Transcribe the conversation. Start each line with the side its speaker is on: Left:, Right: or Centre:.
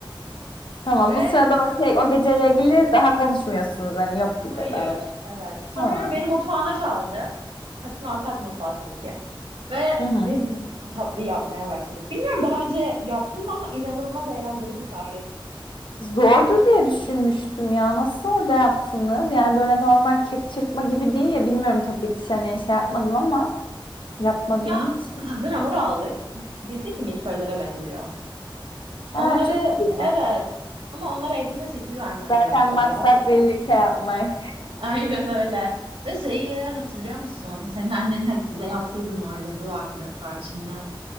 Left: tamam
Right: Ve
Left: bu sırada o, şey, o geceyle ilgili daha konuşmuyorsunuz. Hani yok gibi
Right: hayır
Left: davran.
Right: evet. Sonra
Left: Tamam.
Right: beni mutfağına çağırdı. Katın ortak mutfağı tabii ki. Ve
Left: Hı hı.
Right: biz tatlı yapmaya başladık. Bilmiyorum daha önce yaptın mı ama inanılmaz eğlenceli bir tarif.
Left: Zordur diye düşünmüştüm ya. Nasıl orada yaptınız? Yani böyle normal kek çırpma gibi değil ya. Bilmiyorum tabii hiç hani şey yapmadım ama yapmadığım
Right: Ya
Left: için.
Right: hazır hamur aldık. Bizdeki milföylere benziyor. Onları
Left: Aa, çok iyi.
Right: evet ama onlara eline şekil vermen
Left: Zaten
Right: gerekiyordu.
Left: maksat birlikte yapmak.
Right: <laughs> Aynen öyle. Ve şeyi hatırlıyor musun? Senin annenin hep bize yaptığı bir muhallebi vardı tarçınlı.